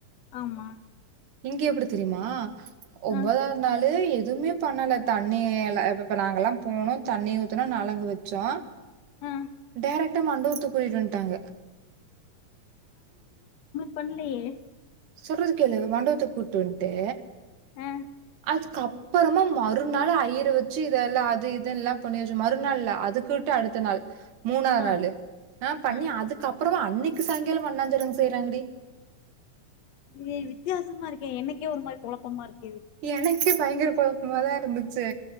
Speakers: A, on the left (about 65°); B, on the right (about 80°).
A: ஆமா
B: இங்கே எப்புடி தெரிய்மா ஒன்பொதாவ்து
A: ஆ
B: நாளு எக் எதுவுமே பண்ணல தண்ணி எல இப்பப்ப நாங்கல்லா போனோ தண்ணி ஊத்துனோ நலங்கு வச்சோ
A: ஆ
B: டேரக்டா மண்டவத்துக்கு கூட்டிட்வன்டாங்க
A: பண்லயே
B: சொல்றது கேளு மண்டபத்துக் கூட்டுவன்ட்டு
A: ஆஹ்
B: துக்குப்பறமா மறுநாள் ஐயர வச்சு இதெல்லா அது இது எல்லா பண்ணி வச்சு மறுநாள்ல்ல அதுக்குட்டு அடுத்த நாள் மூணாத்நாளு
A: ஆ
B: ஆஹ பண்ணி
A: ஆ
B: அதுக்கப் அப்புறமா அன்னைக்கு சாயங்காலம் அண்ணாஞாரம் செய்யறாங்கடி
A: நீ வித்தியாசமா இருக்க என்னைக்கே ஒரு மாரி கொழப்பமா இருக்
B: எனக்கே பயங்கர குழப்பமாதா இருந்துச்சு